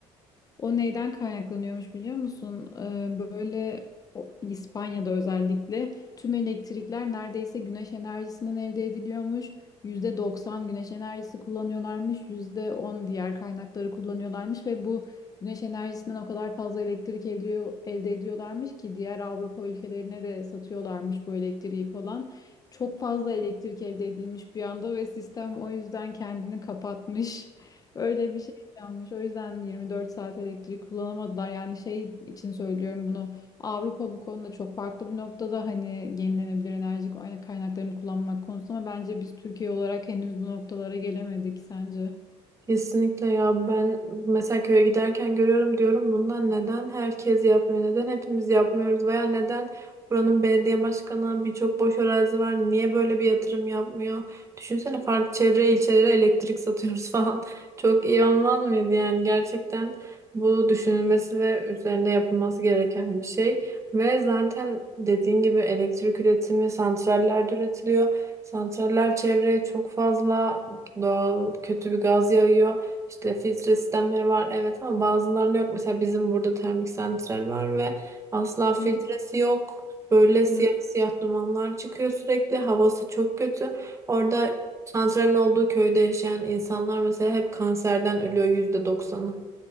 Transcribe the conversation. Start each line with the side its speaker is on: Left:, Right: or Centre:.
Left: o neyden kaynaklanıyormuş biliyor musun? Ee, böyle o- İspanya'da özellikle tüm elektrikler neredeyse güneş enerjisinden elde ediliyormuş. %90 güneş enerjisi kullanıyorlarmış, %10 diğer kaynakları kullanıyorlarmış ve bu güneş enerjisinden o kadar fazla elektrik ediyor, elde ediyorlarmış ki diğer Avrupa ülkelerine de satıyorlarmış bu elektriği falan. Çok fazla elektrik elde edilmiş bir anda ve sistem o yüzden kendini kapatmış. <laughs> Öyle bir şey yanmış. O yüzden 24 saat elektrik kullanamadılar. Yani şey için söylüyorum bunu. Avrupa bu konuda çok farklı bir noktada hani yenilenebilir enerji kaynaklarını kullanmak konusunda ama bence biz Türkiye olarak henüz bu noktalara gelemedik sence?
Right: Kesinlikle ya ben mesela köye giderken görüyorum diyorum bundan neden herkes yapmıyor neden hepimiz yapmıyoruz veya neden buranın belediye başkanı birçok boş arazi var niye böyle bir yatırım yapmıyor düşünsene farklı çevre ilçelere elektrik satıyoruz <laughs> falan çok iyi olmaz mıydı yani gerçekten bu düşünülmesi ve üzerinde yapılması gereken bir şey ve zaten dediğin gibi elektrik üretimi santrallerde üretiliyor santraller çevreye çok fazla Doğal kötü bir gaz yağıyor. İşte filtre sistemleri var evet ama bazılarında yok. Mesela bizim burada termik santral var ve asla filtresi
Left: Hı
Right: yok. Böyle siyah
Left: hı.
Right: siyah dumanlar çıkıyor sürekli. Havası çok kötü. Orada santralin olduğu köyde yaşayan insanlar mesela hep kanserden ölüyor yüzde doksanı.